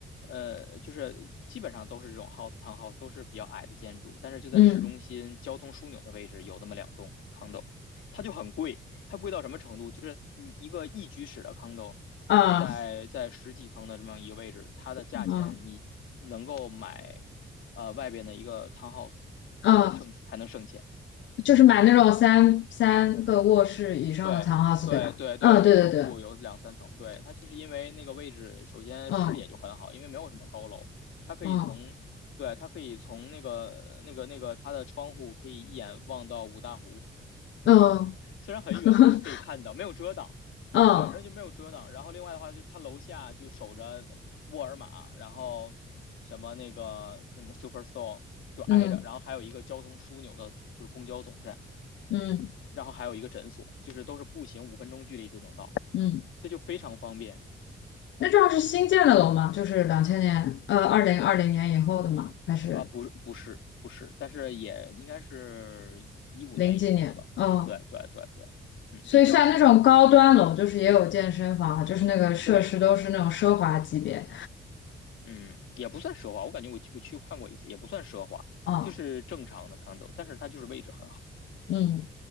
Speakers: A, on the left; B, on the left.
A: 呃就是基本上都是这种 house townhouse 都是比较矮的建筑，但是就在市中心交通枢纽的位置有那么两栋
B: 嗯
A: condo，它就很贵。它贵到什么程度？就是你一个一居室的 condo，
B: 啊
A: 在在十几层的这么样一个位置，它的价钱你能够买呃外边的一个
B: 嗯
A: townhouse，
B: 嗯。
A: 还能剩钱，还能剩钱。
B: 就是买那种三三个卧室以上的
A: 对对对对，
B: townhouse，对吧？嗯，
A: 有车库，
B: 对对对，
A: 有两三层。对，它就是因为那个位置，首先视野就很好，
B: 嗯
A: 因为没有什么高楼，它可以从对它可以从那个那个那个它的窗户可以一眼望到五大湖，
B: 嗯嗯
A: 虽然很远，
B: <laughs>
A: 但就可以看到，没有遮挡。
B: 嗯
A: 对，然后就没有遮挡。然后另外的话，就他楼下就守着沃尔玛，然后什么那个那么 Superstore 就挨着，
B: 嗯
A: 然后还有一个交通枢纽的，就是公交总站，
B: 嗯
A: 然后还有一个诊所，就是都是步行五分钟距离就能到，
B: 嗯，
A: 所以就非常方便
B: 那这样是新建的楼吗？就是两千年，呃，二零二零年以后的吗？还是
A: 啊。不是不是不是，但是也应该是一五年以后的吧？
B: 零几年？嗯，
A: 对对对对，嗯，
B: 所以像那种高端楼，
A: 比较新，
B: 就是也有健身房啊，就是那个设施都是那种奢华级别。
A: 对，嗯，也不算奢华，我感觉我去我去看过一次，也不算奢华，
B: 嗯
A: 就是正常的 condo，但是它就是位置很好。
B: 嗯